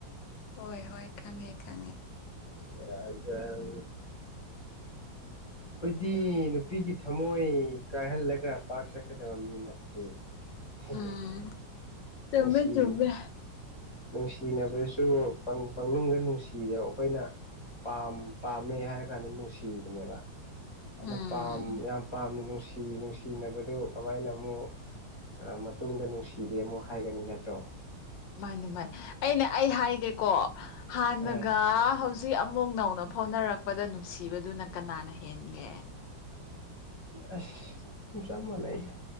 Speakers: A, on the left; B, on the left.
A: ꯍꯣꯏ ꯍꯣꯏ ꯈꯪꯉꯦ ꯈꯪꯉꯦ
B: ꯁ‌ꯦꯔꯥꯟ ꯇꯨꯔꯥꯟ ꯑꯩꯈꯣꯏꯗꯤ ꯅꯨꯄꯤꯒꯤ ꯊꯝꯃꯣꯏ ꯀꯥꯏꯍꯜꯂꯒ ꯄꯥꯛ ꯆꯠꯀꯗꯕ ꯃꯤ ꯅꯠꯇꯦ ꯍ‌ꯦ
A: ꯎꯝ
B: ꯍ‌ꯦ
A: ꯆꯨꯝꯃꯦ
B: ꯉꯁꯤ
A: ꯆꯨꯝꯃꯦ
B: ꯅꯨꯡꯁꯤꯅꯕꯁꯨ ꯄꯅꯨꯡꯗ ꯅꯨꯡꯁꯤꯔꯦꯕ ꯑꯩꯈꯣꯏꯅ ꯄꯥꯝ ꯄꯥꯝꯃꯦ ꯍꯥꯏꯔ ꯀꯥꯟꯗ ꯅꯨꯡꯁꯤꯕꯅꯦꯕ ꯑꯗꯨꯅ
A: ꯎꯝ
B: ꯄꯥꯝ ꯌꯥꯝ ꯄꯥꯝꯅ ꯅꯨꯡꯁꯤ ꯅꯨꯡꯁꯤꯅꯕꯗꯨ ꯀꯃꯥꯏꯅ ꯑꯃꯨꯛ ꯃꯇꯨꯡꯗ ꯅꯨꯡꯁꯤꯗꯦ ꯑꯃꯨꯛ ꯍꯥꯏꯒꯅꯤ ꯅꯠꯇ꯭ꯔꯣ
A: ꯃꯥꯅꯤ ꯃꯥꯅꯤ ꯑꯩꯅ ꯑꯩ ꯍꯥꯏꯒꯦꯀꯣ ꯍꯥꯟꯅꯒ
B: ꯍꯣꯏ
A: ꯍꯧꯖꯤꯛ ꯁꯤ ꯑꯃꯨꯛ ꯅꯧꯅ ꯐꯥꯎꯅꯔꯛꯄꯗ ꯅꯨꯡꯁꯤꯕꯗꯨꯅ ꯀꯅꯥꯅ ꯍꯦꯟꯒꯦ
B: ꯑꯁꯨꯡ ꯆꯞ ꯃꯅꯥꯏꯗ